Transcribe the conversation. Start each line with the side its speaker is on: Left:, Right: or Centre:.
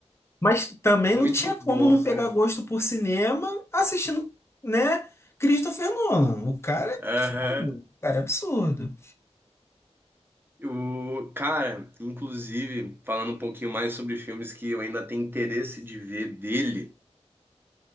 Left: Mas também
Right: Muito
Left: não tinha
Right: bom,
Left: como não pegar
Right: cara.
Left: gosto por cinema assistindo, né? Christopher Nolan. O cara é
Right: Aham.
Left: absurdo. O cara é absurdo.
Right: O, cara, inclusive, falando um pouquinho mais sobre filmes que eu ainda tenho interesse de ver dele,